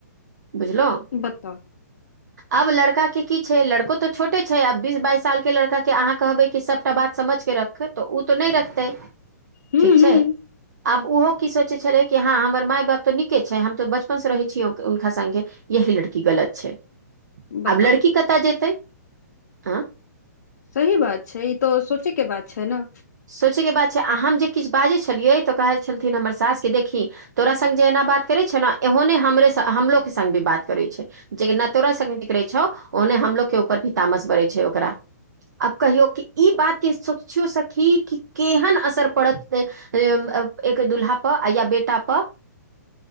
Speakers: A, on the right; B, on the left.
A: बुझलउ
B: बताउ
A: अब लड़का केँ की छै लड़को तऽ छोटे छै अब बीस बाइस साल केँ लड़का केँ अहाँ कहबै की सबटा बात समेझ केँ रख उ तो नय रखतै
B: हूं
A: टीक छै
B: हूं
A: आब ओहो की सोचे छलै कि हँ हमर माय बाप तऽ नीके छै हम तऽ बचपन से रहै छी हुनका संगे यही लड़की गलत छै
B: बताउ
A: आब लड़की कतऽ जेतै अ
B: सही बात छै ई तो सोचै केँ बात छै नऽ
A: सोचैके बात छै आ हम जे किछ बाजै छलियै तऽ कहै छलथिन हमर सासके देखी तोरा संग जे एना बात करै छौ ने ओहने हमरे हमलोे संग भी बात करै छै जे न तोरा सब बिगरे छौ ओहने हमलोग के ऊपर भी तामस बरे छै ओकरा आब कहियौ कि ई बात के सोचियौ सखी कि केहन असर पड़त एक दुल्हा पर या बेटा पर